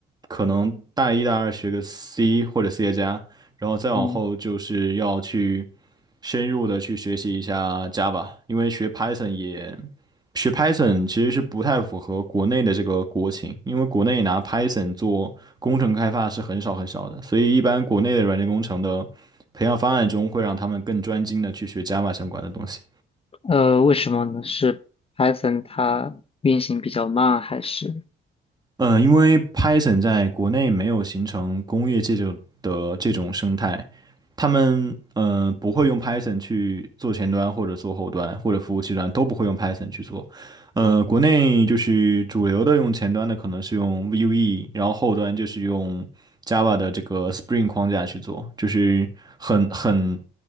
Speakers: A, on the right (about 20°); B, on the left (about 30°).
A: 可能大一、大二学个 C 或者 C 加加，然后再往后就是要去
B: 嗯，
A: 深入的去学习一下 Java，因为学 Python 也。学 Python 其实是不太符合国内的这个国情，因为国内拿 Python 做工程开发是很少很少的，所以一般国内的软件工程的培养方案中会让他们更专精的去学 Java 相关的东西。
B: 呃，为什么呢？是 Python 它运行比较慢，还是？
A: 嗯，因为 Python 在国内没有形成工业界就的这种生态，他们呃不会用 Python 去做前端或者做后端或者服务器端都不会用 Python 去做。呃，国内就是主流的用前端的可能是用 Vue，然后后端就是用 Java 的这个 Spring 框架去做，就是很很